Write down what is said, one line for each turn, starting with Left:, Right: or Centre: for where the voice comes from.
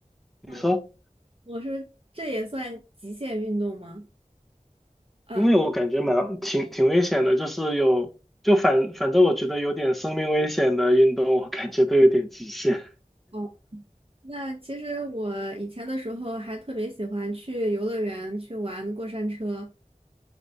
Centre: 你说，
Right: 嗯，我说这也算极限运动吗？呃
Centre: 因为我感觉蛮挺挺危险的，就是有就反反正我觉得有点生命危险的运动，我感觉都有点极限。
Right: 哦，那其实我以前的时候还特别喜欢去游乐园去玩过山车。